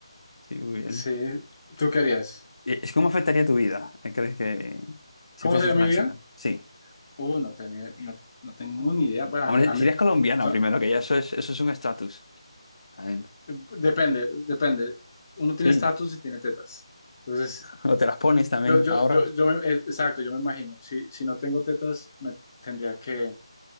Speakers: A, on the left; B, on the left.
A: Sí, muy bien.
B: Sí, ¿tú querías?
A: ¿Y es- ¿Cómo afectaría tu vida? ¿Eh, ¿Crees que si
B: ¿Cómo
A: fueses
B: sería mi
A: una
B: vida?
A: chica? Sí.
B: Uh, no, tenía- no, no tengo ni idea, Bueno,
A: Hombre,
B: a mí- a mí-
A: serías colombiana
B: o sea,
A: primero, que ya eso es, eso es un estatus. También.
B: depende, depende, uno
A: Sí.
B: tiene estatus y tiene tetas, entonces,
A: O te las pones también,
B: yo, yo,
A: ahorras.
B: yo, yo, me- eh, exacto, yo me imagino, si, si no tengo tetas, me tendría que